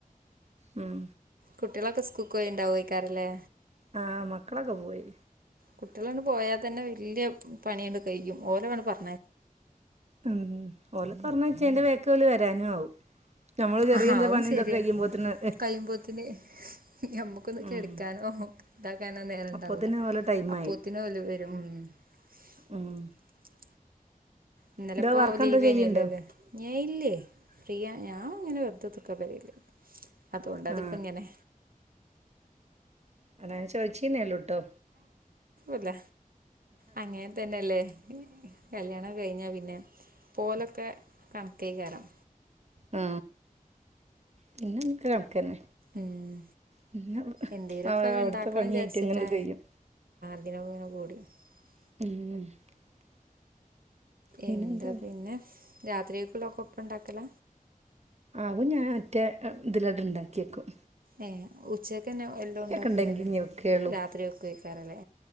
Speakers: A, on the right; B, on the right.
A: ഉം
B: കുട്ടികളൊക്കെ സ്കൂക്ക് പോയി ഉണ്ടാവോയിക്കാറല്ലേ?
A: ആഹ മക്കളൊക്കെ പോയി.
B: കുട്ടികളാട് പോയാൽ തന്നെ വലിയ പണിയണ്ട് കഴിക്കും. ഓലോണ് പറഞ്ഞ
A: ഉ ഓല പറഞ്ഞയിച്ച എന്റെ വേക്കില്. ആര് വരാന ആവും. നമ്മൾ ചെറിയ
B: ആഹ
A: എന്താ
B: അതും
A: പണി
B: ശരിയാ
A: ഇതൊക്കെ കഴിയുമ്പോത്തിന്
B: കഴിയുമ്പോത്ത നമ്മക്കൊന്ന്
A: ഉം
B: കെടുക്കാനോ ഇതാക്കാന നേരുണ്ടാവൂല
A: അപ്പോത്തിന് ഓലെ ടൈമായി
B: അപ്പത്തിന് വല് വരും. <unintelligible>
A: ഉം
B: ഇന്നലെ
A: എന്താ
B: ഇപ്പോ
A: വർക്കെന്താ
B: ലീവ്നല്ലോ
A: ചെയ്യണ്ടോ
B: അല്ലേ <unintelligible> ഇല്ലേ ഫ്രീ ആ ഞാ ഇങ്ങനെ വെറുതോകുതീരീക്ക പെരേല്. അതുകൊണ്ട് അതിപ്പോ
A: ആ
B: ഇങ്ങനെ
A: അൻ ചൊച്ചീന്ന ഉള്ളൂട്ടോ?
B: ല്ല അങ്ങനെ തന്നെയല്ലേ കല്യാണം കഴിഞ്ഞാൽ പിന്നെ പോലൊക്കെ കണക്ക്എയികരം
A: ഉ പിന്നെ ഒകൊ കണക്കന്നെ.
B: ഉം
A: പിന്നെ
B: എന്തേലൊക്കെ
A: അവിടുത്തെ
B: ഇണ്ടാക്കണം
A: പണി
B: വിചാരിച്ചിട്ടാ
A: എയിറ്റ് എങ്ങനെഅണ്ട് കഴിയും.
B: <unintelligible>
A: <unintelligible> പിന്നെന്താ
B: എന്താ പിന്നെ രാത്രിയൊക്കുള്ള ഒക്കെ ഒപ്പ ഇണ്ടാക്കല
A: ആ ഞാൻ ഒറ്റേ ഇതിലടെ ഉണ്ടാക്കിയക്കും
B: ഏഹ് ഉച്ചക്ക്ന്നെ എല്ലാം ഉണ്ടാക്കലല്ലേ
A: ഉണ്ടെങ്കിൽ ഇനി വെക്കുകയുള്ളൂ
B: രാത്രി ഒക്ക വക്കാറല്ലേ